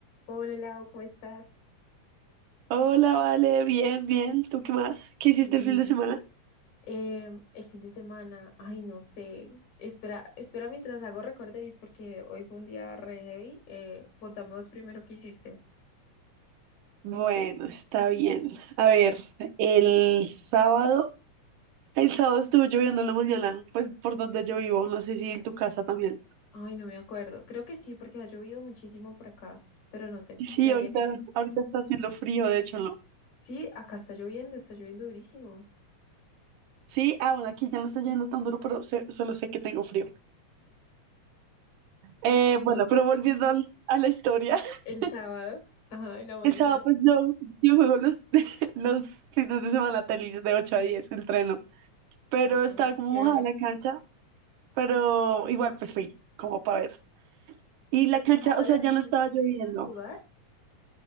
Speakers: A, on the left; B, on the right.
A: Hola Lau, ¿cómo estás?
B: Hola, vale, bien, bien. ¿Tú qué más? ¿Qué hiciste
A: Bien,
B: el fin de semana?
A: em, el fin de semana, ay, no sé, espera, espera mientras hago recorderis porque hoy fue un día re heavy. Eh, contame vos primero qué hiciste.
B: Bueno, está bien. A ver, el sábado, el sábado estuvo lloviendo en la mañana, pues por donde yo vivo, no sé si en tu casa también.
A: Ay, no me acuerdo, creo que sí porque ha llovido muchísimo por acá, pero no sé,
B: Y Sí,
A: creería
B: ahorita,
A: que sí.
B: ahorita está haciendo frío, de hecho, no.
A: Sí, acá está lloviendo, está lloviendo durísimo.
B: Sí, ah, bueno, aquí ya no está lloviendo tan duro, pero sé- solo sé que tengo frío. Eh, bueno,
A: Entonces,
B: pero volviendo al- a la historia, <laughs>
A: El sábado, ajá, en la mañana.
B: el sábado pues yo, yo juego los, <laughs> los fines de semana tenis de 8 a 10, entreno, pero
A: Ay,
B: estaba
A: qué
B: como
A: chévere.
B: mojada la cancha pero igual pues fui como para ver. Y la
A: ¿te
B: cancha,
A: mojado
B: o sea,
A: la
B: ya
A: cancha
B: no estaba
A: si pudieran
B: lloviendo.
A: jugar?